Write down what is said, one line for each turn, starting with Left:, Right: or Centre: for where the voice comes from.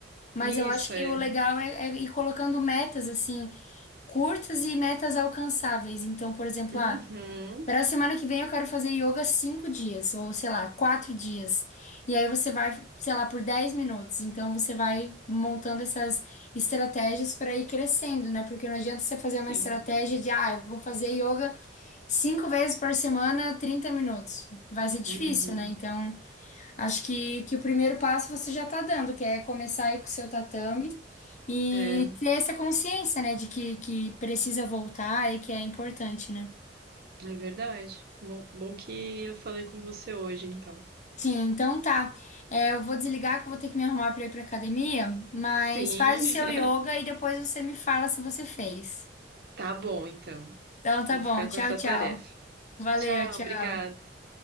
Left: Mas
Right: Isso,
Left: eu acho que
Right: é.
Left: o legal é, é ir colocando metas, assim, curtas e metas alcançáveis. Então, por exemplo,
Right: Uhum.
Left: ah, para semana que vem eu quero fazer yoga cinco dias, ou sei lá, quatro dias. E aí você vai, sei lá, por 10 minutos. Então você vai montando essas estratégias para ir crescendo, né? Porque não adianta você fazer
Right: Sim.
Left: uma estratégia de, ah, eu vou fazer yoga cinco vezes por semana, 30 minutos. Vai ser difícil,
Right: Uhum.
Left: né? Então acho que, que o primeiro passo você já tá dando, que é começar aí com o seu tatame. E
Right: É,
Left: ter essa consciência, né, de que, que precisa voltar e que é importante, né?
Right: é verdade. Bom, bom que eu falei com você hoje, então.
Left: Sim, então tá. É, eu vou desligar que eu vou ter que me arrumar pra ir pra academia, mas
Right: Sim.
Left: faz o seu
Right: <laughs>
Left: yoga e depois você me fala se você fez.
Right: Tá bom, então.
Left: Então tá
Right: Vou
Left: bom,
Right: ficar
Left: tchau,
Right: com essa
Left: tchau.
Right: tarefa.
Left: Valeu,
Right: Tchau,
Left: tchau.
Right: obrigada.